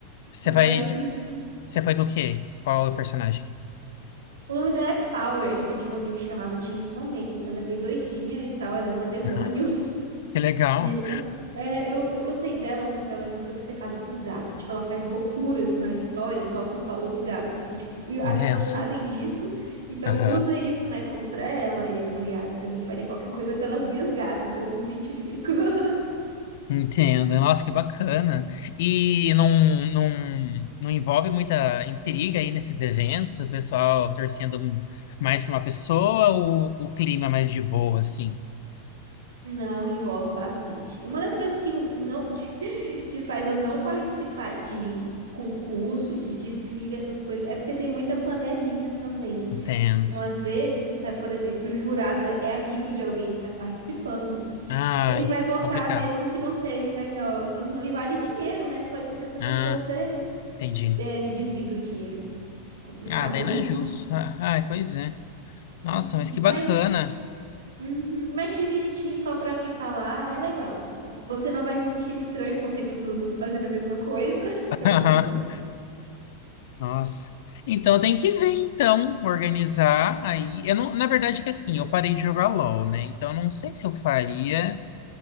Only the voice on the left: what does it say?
Você
vai.
de- Você foi do quê? Qual é o personagem?
Aham. Que legal.
Entendo.
Aham.
Entendo. Nossa, que bacana. E não, não, não envolve muita intriga aí nesses eventos, o pessoal torcendo mais para uma pessoa ou o clima é mais de boa, assim?
Entendo.
Ai,
complicado.
Ah,
entendi.
Ah, daí não é justo. Ah, Ai, pois é. Nossa,
mas que bacana.
<laughs>
Nossa. Então tem que ver, então, organizar aí. Eu não, na verdade é que assim, eu parei de jogar LOL, né? Então eu não sei se eu faria.